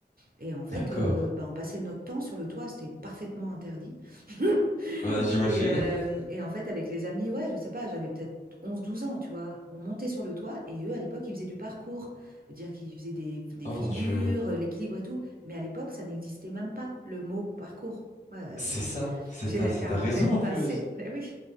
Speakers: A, on the right (about 55°); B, on the left (about 40°).
A: Et en fait,
B: D'accord.
A: euh, bah, on passait notre temps sur le toit, c'était parfaitement interdit. <laughs>
B: Bah, j'imagine.
A: Et, euh,
B: <laughs>
A: et en fait, avec les amis, ouais, je sais pas, j'avais peut-être onze douze ans, tu vois. On montait sur le toit et eux, à l'époque, ils faisaient du parcours. Dire qu'ils faisaient des, des
B: Oh
A: figures,
B: mon Dieu.
A: euh, l'équilibre et tout. Mais à l'époque, ça n'existait même pas, le mot parcours. Moi,
B: C'est
A: j'ai
B: ça, c'est
A: j'ai
B: ta,
A: la
B: c'est
A: quarantaine
B: ta raison en
A: passée,
B: plus.
A: mais oui.